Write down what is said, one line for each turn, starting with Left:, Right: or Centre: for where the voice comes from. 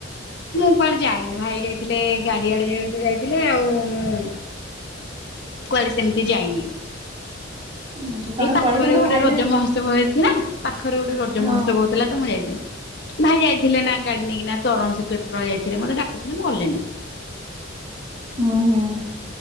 Left: ମୁଁ କୁଆଡେ ଯାଇନି ଭାଇ ଯାଇଥିଲେ ଗାଡିଆଡେ ଯେହେତୁ ଯାଇଥିଲେ ଆଉ ମୁଁ କୁଆଡେ ସେମିତି ଯାଇନି।
Right: ଆଚ୍ଛା ତମେ
Left: ଏଇ ପାଖରେ
Right: ପଳେଇଥାନ୍ତ
Left: ଗୋଟେ
Right: ଭାଇ
Left: ରଜ
Right: ତାଙ୍କ
Left: ମହୋତ୍ସବ ହେଇଥିଲା ପାଖରେ ଗୋଟେ ରଜ
Right: ହଁ
Left: ମହୋତ୍ସବ ହଉଥିଲା ତ ମୁଁ ଯାଇଥିନି। ଭାଇ ଯାଇଥିଲେ ନା ଗାଡିନେଇ କିନା ଶରଣ ସି କ୍ଷେତ୍ର ଯାଇଥିଲେ ମତେ ଡାକୁଥିଲେ ମୁଁ ଗଲିନି।
Right: ହୁଁ ହୁଁ